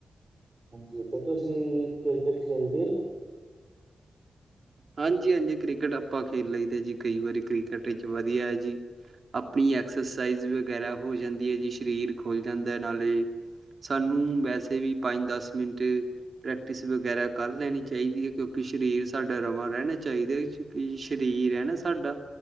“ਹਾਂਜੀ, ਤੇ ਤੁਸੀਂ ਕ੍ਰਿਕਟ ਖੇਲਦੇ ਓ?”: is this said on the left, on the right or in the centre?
Right